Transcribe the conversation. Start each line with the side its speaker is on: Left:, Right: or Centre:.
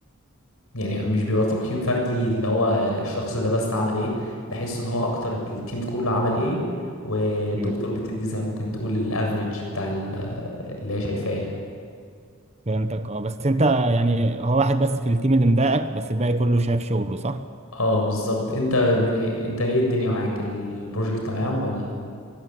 Left: يعني مش بيبقى تقييم فردي اللي هو الشخص ده بس عمل ايه بحس ان هو اكتر التيم كله عمل ايه والدكتور
Right: مم.
Left: بتدي زي ممكن تقول الافريج بتاع ال- اللي هي شايفاه يعني
Right: فهمتك اه بس انت يعني هو واحد بس في التيم اللي مضايقك بس الباقي كله شايف شغله صح
Left: اه بالظبط انت بن- انت ايه الدنيا معاك البروجكت تمام ولا